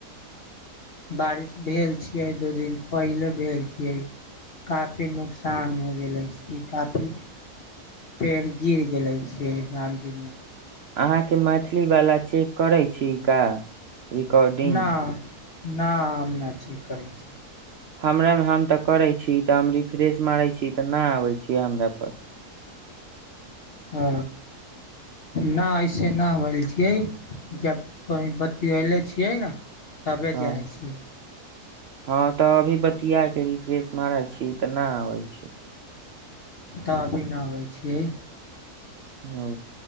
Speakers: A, on the left (about 55°); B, on the right (about 70°).
A: बारिश भेल छीिये दू दिन पहिले भेल छीिये काफी नुकसान हो गेले छी काफी पेड़ गिर गेले छै श नदीमे
B: अहाँके मैथिलीवलाा छियै करै छी का रिकॉर्डिंग
A: न न हम नहि छी करै छी
B: हमरामे हम तऽ करै छी तऽ हम रिफ्रेश मारै छी तऽ नहि आबै छीियै हमरा पर
A: ओ नहि ऐसे नहि होल छियै जब कही बतले छियै ने तबे
B: हँ
A: जाइ छियै
B: हँ तऽ अभी बतिया के रिफ्रेश मारै छी तऽ नहि आबै छै
A: तबी न आबै छियै
B: ओ